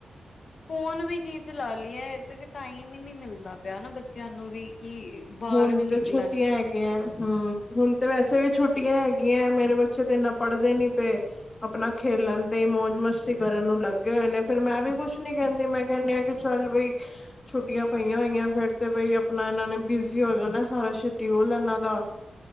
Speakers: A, on the left; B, on the left.
A: ਫੋਨ ਵੀ ਕੀ ਚਲਾ ਲਈਏ ਇਦ ਕਿ ਟਾਈਮ ਹੀ ਨਹੀਂ ਮਿਲਦਾ ਪਿਆ ਨਾ ਬੱਚਿਆਂ ਨੂੰ ਵੀ ਕਿ ਬਾਹਰ
B: ਹੁਣ
A: ਵੀ ਨਿਕਲਣ
B: ਤੇ ਛੋਟੀਆਂ ਹੈਗੀਆਂ ਹੁ ਹੁਣ ਤੇ ਵੈਸੇ ਵੀ ਛੁੱਟੀਆਂ ਹੈਗੀਆਂ ਮੇਰੇ ਬੱਚੇ ਤੇ ਇਨਾ ਪੜ੍ਹਦੇ ਨੀ ਪਏ ਆਪਣਾ ਖੇਲ ਲੈਦੇ ਮੌਜ ਮਸਤੀ ਕਰਨ ਨੂੰ ਲੱਗੇ ਹੋਏ ਨੇ ਫੇਿਰ ਮੈਂ ਵੀ ਕੁੱਛ ਨੀ ਕਹਿੰਦੀ ਮੈਂ ਕਹਿੰਦੀ ਹਾਂ ਕਿ ਚੱਲ ਬਈ ਛੁੱਟੀਆਂ ਪਈਆਂ ਹੋਈਆਂ ਫੇਿਰ ਤੇ ਬਈ ਆਪਣਾ ਇਹਨਾਂ ਨੇ ਬਿਜੀੀ ਹੋ ਜਾਂਣਾ ਸਾਰਾ ਸ਼ਡਿਊਲ ਇਹਨਾਂ ਦਾ